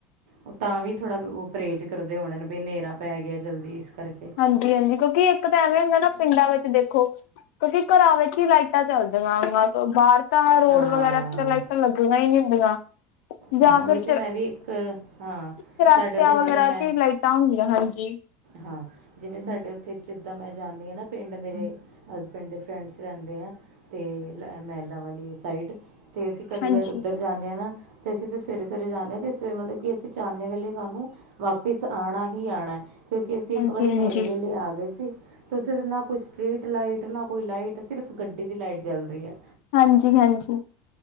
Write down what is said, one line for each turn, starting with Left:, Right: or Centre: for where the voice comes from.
Right: ਉਹ ਤਾਂ ਵੀ ਥੋੜਾ ਉਹ ਪਰਹੇਜ਼ ਕਰਦੇ ਹੋਣੇ ਨੇ ਬਈ ਨੇਰਾ ਪੈ ਗਿਆ ਜਲਦੀ ਇਸ ਕਰਕੇ
Left: ਹਾਂਜੀ ਹਾਂਜੀ ਕਿਉਂਕਿ ਇੱਕ ਤਾਂ ਐਵੇਂ ਹੁੰਦਾ ਨਾ ਪਿੰਡਾਂ ਵਿੱਚ ਦੇਖੋ ਕਿਉਂਕਿ ਘਰਾਂ ਵਿੱਚ ਹੀ ਲਾਈਟਾਂ ਚੱਲਦੀਆਂ ਬਾਹਰ ਤਾਂ ਰੋਡ
Right: ਹਾਂ
Left: ਵਗੈਰਾ ਤੇ ਤਾਂ ਲਾਈਟਾ ਲੱਗੀਆਂ ਹੀ ਨਹੀਂ ਹੁੰਦੀਆਂ ਜਾਂ
Right: ਹਾਂ ਉਹੀ
Left: ਫਿਰ
Right: ਤਾਂ ਮੈਂ ਵੀ ਇੱਕ ਹਾਂ
Left: ਚੁਰਸਤਿਆਂ
Right: ਸਾਡੇ ਉੱਥੇ ਜਿੱਦਾਂ
Left: ਵਗੈਰਾ
Right: ਮੈਂ
Left: ਚ ਲਾਈਟਾਂ ਹੁੰਦੀਆਂ ਹਾਂਜੀ
Right: ਹਾਂ ਜਿਵੇਂ ਸਾਡੇ ਉੱਥੇ ਜਿੱਦਾਂ ਮੈਂ ਜਾਂਦੀ ਹਾਂ ਨਾ ਪਿੰਡ ਮੇਰੇ ਹਸਬੈਂਡ ਦੇ ਫਰੈਂਡਸ ਰਹਿੰਦੇ ਆ ਤੇ ਮਹਿਲਾ ਵਾਲੀ ਸਾਈਡ ਤੇ ਅਸੀਂ ਕਦੀ
Left: ਹਾਂਜੀ
Right: ਵਾਰ ਉੱਧਰ ਜਾਂਦੇ ਹਾਂ ਨਾ ਤੇ ਅਸੀਂ ਤੇ ਸਵੇਰੇ ਸਵੇਰੇ ਜਾਂਦੇ ਹਾਂ ਤੇ ਸਵੇਰੇ ਮਤਲਬ ਕਿ ਅਸੀਂ ਚਾਨਣੇ ਵੇਲੇ ਸਾਨੂੰ ਵਾਪਿਸ ਆਉਣਾ ਹੀ ਆਉਣਾ ਕਿਉਂਕਿ ਅਸੀਂ ਇੱਕ
Left: ਹਾਂਜੀ
Right: ਵਾਰੀ ਨੇਰੇ
Left: ਹਾਂਜੀ
Right: ਵੇਲੇ ਆ ਗਏ ਸੀ ਅਤੇ ਉੱਥੇ ਤੇ ਨਾ ਕੋਈ ਸਟਰੀਟ ਲਾਈਟ ਨਾ ਕੋਈ ਲਾਈਟ ਸਿਰਫ਼ ਗੱਡੀ ਦੀ ਲਾਈਟ ਜਲ ਰਹੀ ਹੈ
Left: ਹਾਂਜੀ ਹਾਂਜੀ